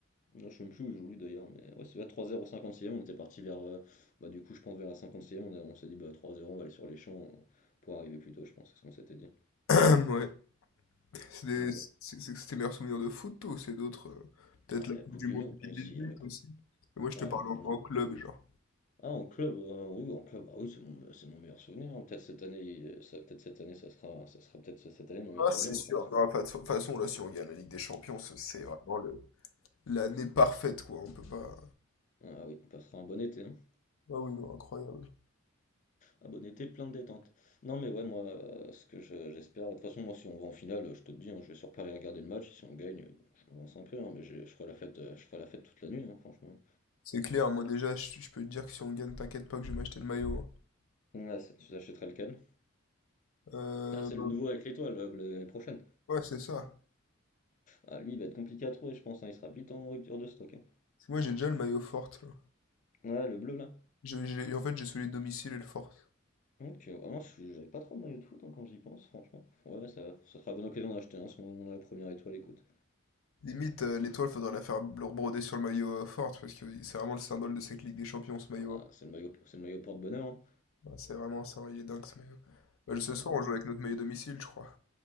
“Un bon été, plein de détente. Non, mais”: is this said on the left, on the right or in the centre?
Left